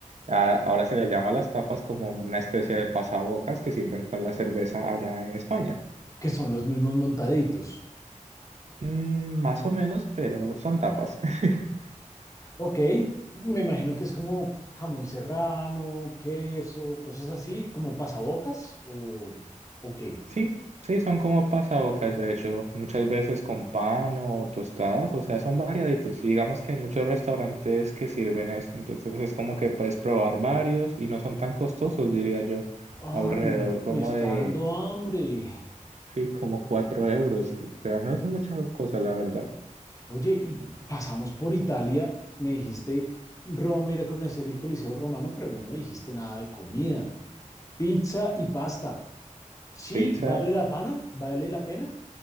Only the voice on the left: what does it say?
que son los mismos montaditos.
Ok, me imagino que es como jamón serrano, queso, cosas así, como pasabocas o, o qué.
Ay,
me está
dando hambre.
Oye, y pasamos por Italia, me dijiste Roma, ir a conocer el Coliseo Romano, pero no me dijiste nada de comida. Pizza y pasta. Sí,
vale la pena, vale la pena.